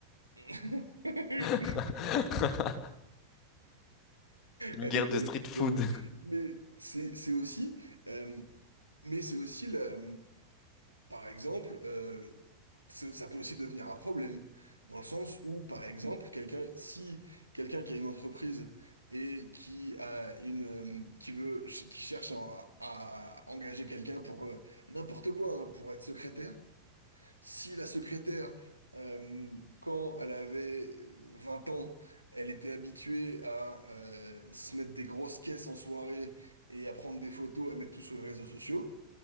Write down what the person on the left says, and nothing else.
<laughs> Une
guerre
de street food.